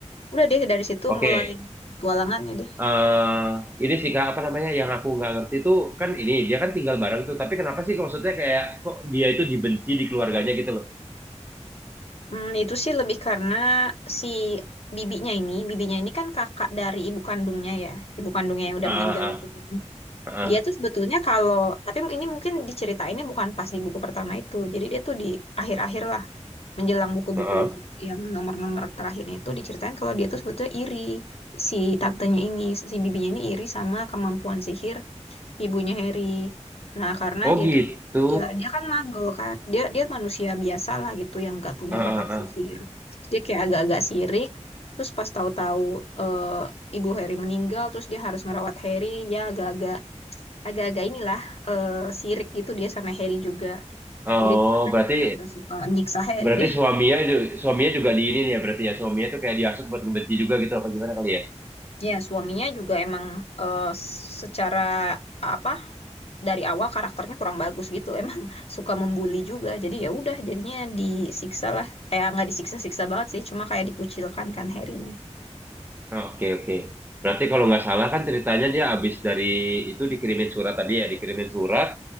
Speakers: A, on the left; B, on the right.
A: Udah deh dari situ
B: Oke.
A: mulai petualangannya deh.
B: eh ini sih kak apa namanya yang aku nggak ngerti tuh kan ini dia kan tinggal bareng tuh tapi kenapa sih kok maksudnya kayak kok dia itu dibenci di keluarganya gitu loh
A: Hmm, itu sih lebih karena si bibinya ini, bibinya ini kan kakak dari ibu kandungnya ya, ibu kandungnya yang udah
B: ah
A: meninggal
B: ah ah
A: itu kan.
B: ah
A: Dia tuh sebetulnya kalau, tapi ini mungkin diceritainnya bukan pas di buku pertama itu. Jadi dia tuh di akhir-akhir lah, menjelang buku-buku
B: ah, ah.
A: yang nomor-nomor terakhirnya itu diceritain kalau dia tuh sebetulnya iri. Si tantenya ini, si bibinya ini iri sama kemampuan sihir ibunya Harry. Nah, karena
B: oh
A: dia
B: gitu
A: tuh ya dia kan magel kan. Dia dia manusia biasa lah gitu yang gak punya
B: ah
A: bakat
B: ah ah
A: sihir. Terus dia kayak agak-agak sirik. Terus pas tahu-tahu eh, ibu Harry meninggal, terus dia harus ngerawat Harry, ya agak-agak agak-agak inilah eh sirik gitu dia sama Harry juga.
B: oh
A: Jadi
B: berarti
A: agak suka nyiksa Harry
B: berarti
A: deh.
B: suaminya ju- suaminya juga di ini nih ya berarti ya suaminya tuh kayak dihasut buat ngebenci juga gitu apa gimana kali ya
A: Ya, suaminya juga emang eh, secara apa dari awal karakternya kurang bagus gitu. Emang <laughs> suka membuli juga. Jadi ya udah jadinya disiksa lah. Eh nggak disiksa-siksa banget sih, cuma kayak dikucilkan kan Harry-nya.
B: Oh, oke oke berarti kalau nggak salah kan ceritanya dia abis dari itu dikirimin surat tadi ya dikirimin surat